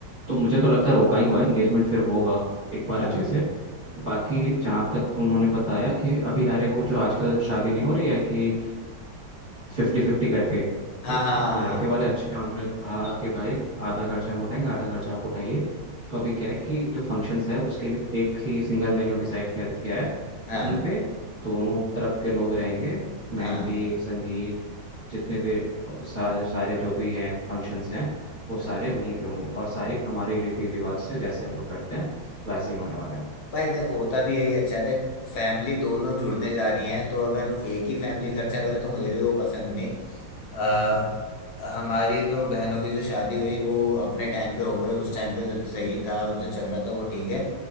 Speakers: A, on the right; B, on the left.
A: तो मुझे तो लगता है रोका ही हुआ है एंगेजमेंट फिर होगा एक बार
B: हाँ
A: अच्छे से बाकी जहाँ तक उन्होंने बताया कि अभी अरे वो जो आजकल शादी नहीं हो रही है कि फिफ्टी फिफ्टी करके
B: हाँ
A: तो
B: हाँ हाँ
A: लड़के वाले अच्छे हैं उन्होंने कहा कि भाई आधा खर्चा हम उठाएंगे आधा खर्चा आप उठाइए तो अभी क्या है कि जो फंक्शंस है उसके लिए एक ही सिंगल वेन्यू डिसाइड किया गया है
B: हाँ
A: वहीं
B: हाँ
A: पे दोनों तरफ के लोग रहेंगे मेहंदी
B: हाँ
A: संगीत जितने भी सा, सारे जो भी हैं फंक्शंस हैं वो सारे
B: हाँ हाँ।
A: वहीं पे होंगे और सारी हमारी रीति रिवाज से जैसे हम लोग करते हैं वैसे ही होने वाले हैं
B: भाई देखो होता भी यही अच्छा है देख फैमिली दोनों जुड़ने जा रही हैं तो अगर एक ही फैमिली खर्चा करे तो मुझे भी वो पसंद नहीं अ, हमारी तो बहनों की जो शादी हुई वो अपने टाइम पे हो गई उस टाइम पे जो सही था जो चल रहा था वो ठीक है